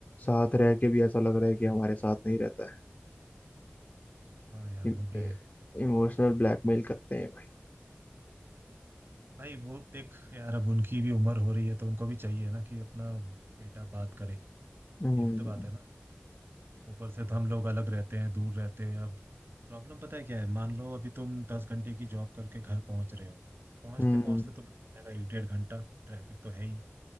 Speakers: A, on the left; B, on the right.
A: साथ रह के भी ऐसा लग रहा है कि हमारे साथ नहीं रहता
B: हाँ यार
A: है
B: वो भी है
A: इमोशनल ब्लैकमेल करते हैं भाई
B: भाई वो देख यार अब उनकी भी उम्र हो रही है तो उनको भी चाहिए ना कि अपना बेटा बात करे
A: हम्म
B: ये भी तो बात है ना ऊपर से तो हम लोग अलग रहते हैं दूर रहते हैं अब प्रॉब्लम पता है क्या है मान लो अभी तुम दस घंटे की जॉब करके घर पहुंच रहे हो पहुंचते
A: हम्म
B: पहुंचते तुम्हें लग जाएगा एक डेढ़ घंटा ट्रैफिक तो है ही